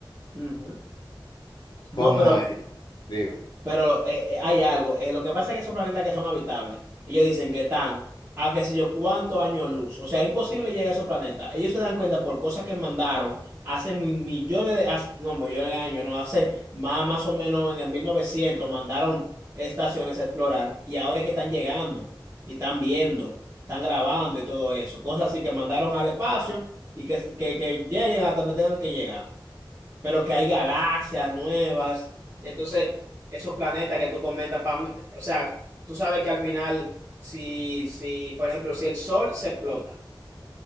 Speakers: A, on the right (about 30°); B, on the left (about 60°).
A: Ujú. No,
B: ¿Cómo
A: pero
B: es? Dime.
A: Pero eh, eh, hay algo. eh, lo que pasa es que esos planetas que son habitables, ellos dicen que están a qué sé yo cuántos años luz. O sea, es imposible llegar a esos planetas. Ellos se dan cuenta por cosas que mandaron hace mi- millones de, hace- no, millones de años, no, hace más, más o menos en el 1900 mandaron estaciones a explorar y ahora es que están llegando y están viendo, están grabando y todo eso. Cosas así que mandaron al espacio y que, que, que lleguen hasta donde tengan que llegar pero que hay galaxias nuevas. Entonces, esos planetas que tú comentas, pa' o sea, tú sabes que al final, si, si, por ejemplo, si el Sol se explota,